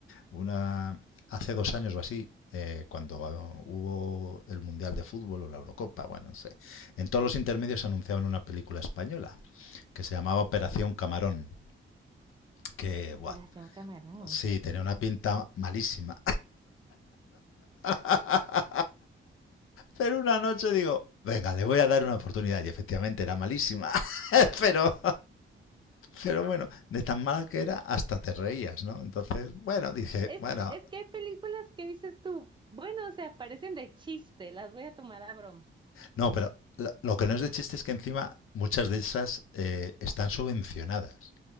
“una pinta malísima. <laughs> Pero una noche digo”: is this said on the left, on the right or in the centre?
Left